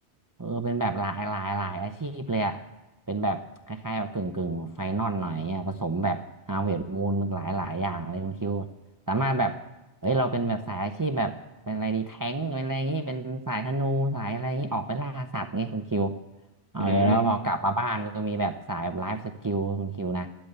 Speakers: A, on the right; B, on the left.
A: เออเป็นแบบหลายหลายหลายอาชีพเลยอะเป็นแบบคล้ายๆแบบกึ่งกึ่งไฟนอลหน่อยเนี่ยผสมแบบฮาเวิร์ดมูนหลายหลายอย่างเลยคุณคิวสามารถแบบเอ้ยเราเป็นแบบสายอาชีพแบบเป็นอะไรดีแท้งเป็นอะไรอย่างงี้เป็นสายธนูสายอะไรอย่างงี้ออกไปล่าสัตว์งี้คุณคิวเออแล้วพอกลับมาบ้านก็มีแบบสายแบบไลฟ์สกิลคุณคิวนะ
B: อืม